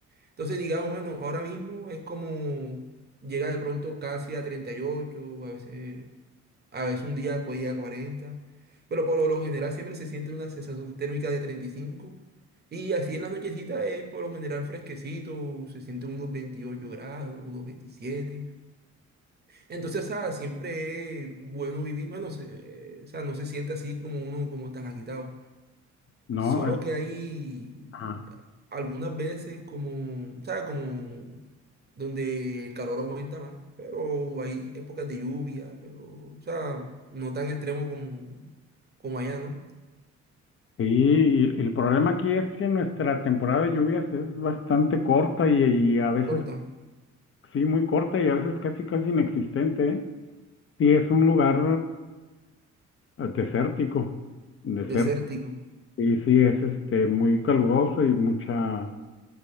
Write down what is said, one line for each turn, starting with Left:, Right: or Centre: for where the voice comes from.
Right: Entonces, digamos, bueno, ahora mismo es como llega de pronto casi a 38, a veces A veces un día puede llegar a 40, pero por lo general siempre se siente una sensación térmica de treinta Y cinco y así en la nochecita es por lo general fresquecito, se siente unos 28 grados, unos veintisiete Entonces, o sea, siempre es bueno vivir, bueno, se- eh, o sea, no se siente así como uno como tan agitado.
Left: No,
Right: Solo
Left: es-
Right: que hay
Left: ajá.
Right: algunas veces como, ¿sabes? Como donde el calor aumenta más, pero hay épocas de lluvia, pero, o sea, no tan extremo como, como allá, ¿no?
Left: Sí, y el problema aquí es que nuestra temporada de lluvias es bastante corta y, y a veces,
Right: Corta,
Left: sí, muy corta y a veces casi, casi inexistente, ¿eh? Sí, es un lugar eh, desértico, desértico,
Right: desértico.
Left: y sí, es este, muy caluroso y mucha,